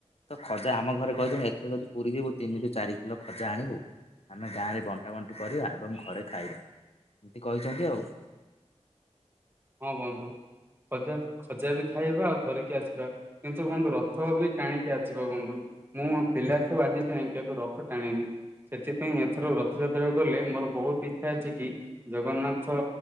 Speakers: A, on the left; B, on the right.
A: ତ ଖଜା ଆମ ଘରେ କହିଛନ୍ତି ଏଥିରେ ଯଦି ପୁରୀ ଯିବୁ ତିନିରୁ ଚାରି କିଲୋ ଖଜା ଆଣିବୁ। ଆମେ ଗାଁରେ ବଣ୍ଟା ବଣ୍ଟି କରିବା ଏବଂ ଘରେ ଖାଇବା, ଏମିତି କହିଛନ୍ତି ଆଉ।
B: ହଁ ବନ୍ଧୁ ଖଜା ଖଜା ବି ଖାଇବା ଆଉ ଧରିକି ଆସିବା। କିନ୍ତୁ ବନ୍ଧୁ ରଥ ବି ଟାଣିକି ଆସିବା ବନ୍ଧୁ, ମୁଁ ପିଲା ଠୁ ଆଜି ଯାଏ କେବେ ରଥ ଟାଣିନି ସେଥିପାଇଁ ଏଥର ରଥଯାତ୍ରାକୁ ଗଲେ ମୋର ବହୁତ ଇଚ୍ଛା ଅଛି କି ଜଗନ୍ନାଥ